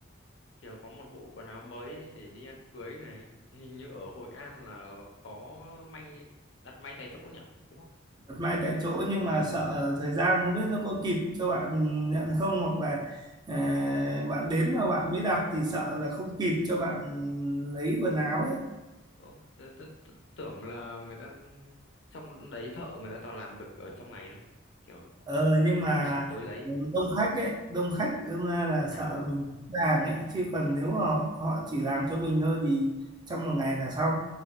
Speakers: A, on the left (about 65°); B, on the right (about 20°).
A: kiểu có một bộ quần áo mới ấy để đi ăn cưới này. Hình như ở Hội An là có may đặt may tại chỗ nhỉ? Đúng không?
B: Đặt may tại chỗ nhưng mà sợ thời gian không biết nó có kịp cho bạn nhận không hoặc là à, bạn đến mà bạn mới đặt thì sợ là không kịp cho bạn lấy quần áo ấy
A: Ừ. Tôi, tôi, tôi tưởng là người ta trong đấy thợ người ta toàn làm được ở trong ngày thôi. Kiểu
B: ờ nhưng
A: sáng
B: mà
A: đặt tối lấy.
B: đông khách ấy đông khách đâm ra là
A: À
B: sợ
A: ừ.
B: mình hàng ấy chứ còn nếu mà họ chỉ làm cho mình thôi thì trong một ngày là xong